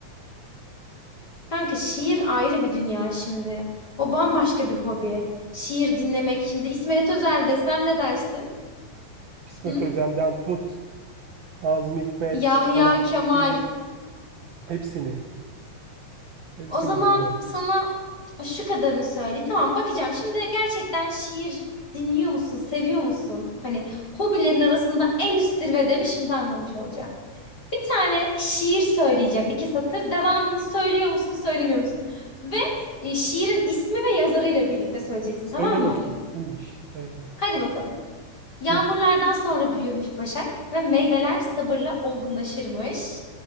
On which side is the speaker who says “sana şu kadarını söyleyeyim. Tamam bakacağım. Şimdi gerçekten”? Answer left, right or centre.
Left